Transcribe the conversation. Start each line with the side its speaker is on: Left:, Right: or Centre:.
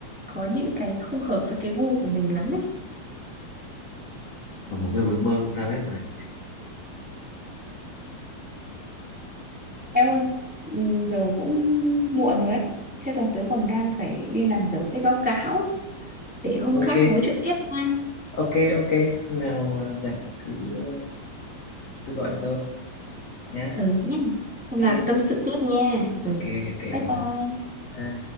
Centre: có những cái không hợp với cái gu của mình lắm ấy
Left: nhưng mà mỗi người một ước mơ không sao hết mà
Centre: Em ơi, ừ, giờ cũng muộn rồi ấy. Chứ tớ tớ còn đang phải đi làm dở cái báo cáo để hôm
Left: ok
Centre: khác nói chuyện tiếp nha.
Left: ok ok hôm nào ờ, rảnh cứ ờ, cứ gọi cho tôi nhá
Centre: Ừ nhé. Hôm
Left: ok
Centre: nào tâm sự tiếp nha. Ừ.
Left: ok ok
Centre: Bye bye.
Left: bye bye.